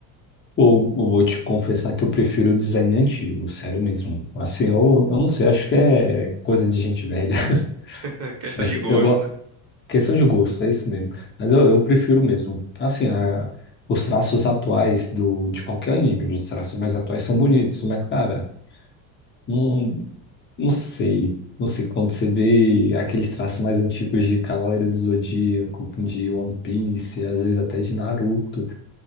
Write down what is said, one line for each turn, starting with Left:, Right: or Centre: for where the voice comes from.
Left: ou eu vou te confessar que eu prefiro o design antigo, sério mesmo. Assim, eu, eu não sei, acho que é coisa de gente velha. <laughs>
Right: É questão
Left: Essa-
Right: de gosto,
Left: Eu gosto,
Right: né?
Left: questão de gosto, é isso mesmo. Mas eu, eu prefiro mesmo. Assim, a- os traços atuais do, de qualquer anime, os traços mais atuais são bonitos, mas, cara. não. Não sei. Não sei quando você vê aqueles traços mais antigos de Cavaleiro do Zodíaco, de One Piece, às vezes até de Naruto.